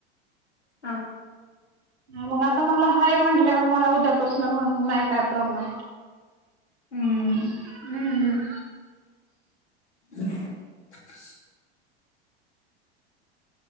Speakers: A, on the left (about 85°); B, on the right (about 80°).
A: हा.
B: मग आता मला आहे म्हंटल्यावर, मला उद्यापासन मग नाही काय प्रॉब्लेम.
A: हम्म
B: <unintelligible> हंम.
A: <unintelligible>